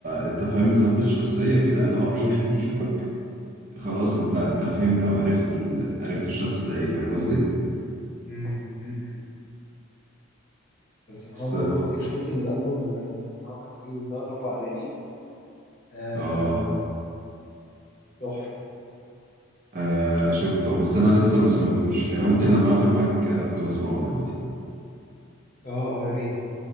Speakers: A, on the right; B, on the left.
A: انت فاهم مثبت شخصية كده اللي هو اي حد يشوفك خلاص انت انت فهمت او عرفت ال... عرفت الشخص ده ايه فاهم قصدي
B: امم امم بس مروان
A: بس
B: بابلو خطير شفت الالبوم اللي نزله اللي هو كان فيه ثلاث اربع اغاني آه،
A: اه
B: تحفه
A: آه، انا شفته بس انا لسه ما سمعتوش يعني أنا ممكن لما اقفل معاك ادخل اسمعه دلوقتي
B: اه اه يا ريت